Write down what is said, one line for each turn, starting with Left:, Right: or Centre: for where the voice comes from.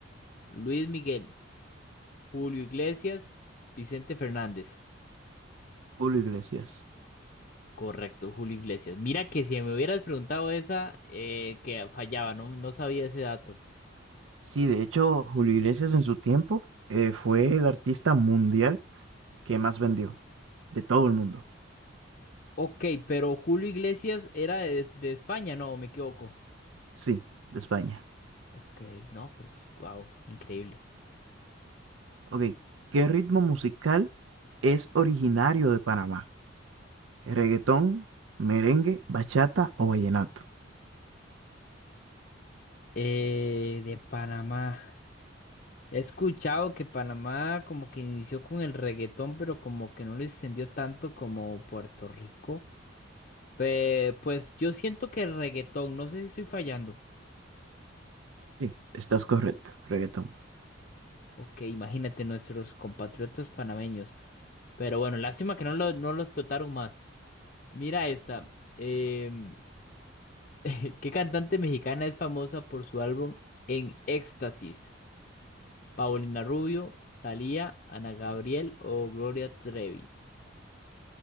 Left: Luis Miguel, Julio Iglesias, Vicente Fernández.
Right: Julio Iglesias.
Left: Correcto, Julio Iglesias. Mira que si me hubieras preguntado esa, eh, que fallaba, no, no sabía ese dato.
Right: Sí, de hecho, Julio Iglesias en su tiempo eh, fue el artista mundial que más vendió de todo el mundo.
Left: Ok, pero Julio Iglesias era de, de España, no, me equivoco.
Right: Sí, de España.
Left: Ok, no, pero es guau, increíble.
Right: Ok, ¿qué ritmo musical es originario de Panamá? ¿Reggaetón, merengue, bachata o vallenato?
Left: Eh, de Panamá. He escuchado que Panamá como que inició con el reggaetón, pero como que no lo extendió tanto como Puerto Rico. Pe- pues yo siento que el reggaetón, no sé si estoy fallando.
Right: Sí, estás correcto, reggaetón.
Left: Ok, imagínate nuestros compatriotas panameños. Pero bueno, lástima que no lo, no lo explotaron más. Mira esa. em, <laughs> ¿qué cantante mexicana es famosa por su álbum En Éxtasis? ¿Paulina Rubio, Thalía, Ana Gabriel o Gloria Trevi?